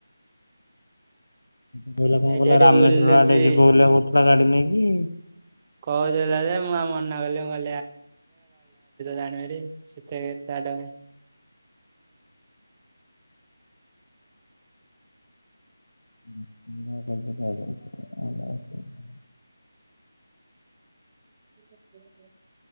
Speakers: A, on the left (about 70°); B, on the right (about 20°).
A: କହିଲା କଣ
B: ଏଇଠି
A: କହିଲା
B: ଏଠି
A: ରାମେଶ୍ୱର
B: ବୁଲୁଛି
A: ଆଡେ ଯିବ ବୁଲେ କହୁଥିଲା ଗାଡି ନେଇକି।
B: କହୁଥିଲା ଯେ ମୁଁ ଆଉ ମନା କଲି ମୁଁ <unintelligible> ସେଠେଗେ ତାଡ
A: <inaudible>
B: <inaudible>